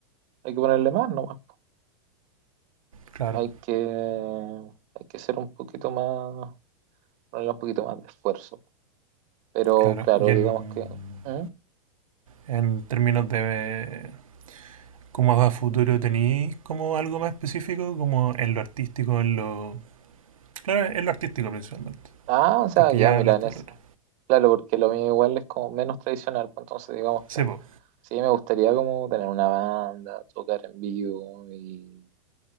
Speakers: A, on the right; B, on the right.
A: hay que ponerle más nomás.
B: Claro,
A: Hay que, hay que ser un poquito más, ponerle un poquito más de esfuerzo. Pero
B: claro.
A: claro,
B: Y en,
A: digamos que... ¿Mm?
B: en términos de cómo va a futuro, ¿tenéis como algo más específico? Como en lo artístico, en lo... Claro, en lo artístico principalmente,
A: Ah, o sea,
B: porque
A: ya,
B: ya
A: mira,
B: hablaste
A: en esa.
B: del otro.
A: Claro, porque lo mío igual es como menos tradicional, pues, entonces digamos
B: Sebo,
A: que sí me gustaría como tener una banda, tocar en vivo y,